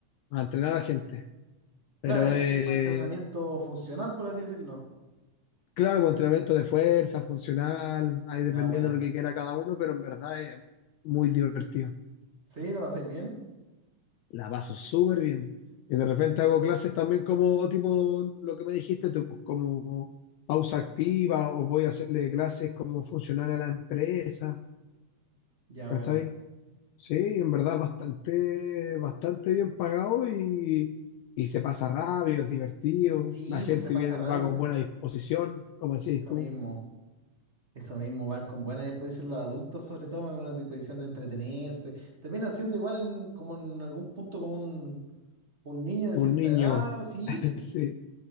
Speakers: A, on the left (about 80°); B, on the right (about 25°).
A: a entrenar a gente.
B: Claro,
A: Pero
B: es
A: eh,
B: ahí más entrenamiento funcional, por así decirlo.
A: claro, con entrenamiento de fuerza, funcional, ahí
B: Ya
A: dependiendo
B: buena.
A: de lo que quiera cada uno, pero en verdad es muy divertido.
B: ¿Sí? ¿Lo pasáis bien?
A: La paso súper bien. Y de repente hago clases también como tipo lo que me dijiste tú, pues, como pausa activa o voy a hacerle clases como funcional a la empresa.
B: Ya
A: ¿Cachai?
B: buena.
A: Sí, en verdad bastante, bastante bien pagado y, y se pasa rápido, es divertido.
B: Sí,
A: La gente
B: pues se pasa
A: viene,
B: rápido.
A: va con buena disposición, como decís
B: Eso
A: tú.
B: mismo, eso mismo, van con buena disposición los adultos, sobre todo, van con una disposición de entretenerse. Terminan siendo igual en, como en algún punto como un, un niño de
A: Un
B: cierta
A: niño,
B: edad, sí,
A: <laughs>
B: pues,
A: sí.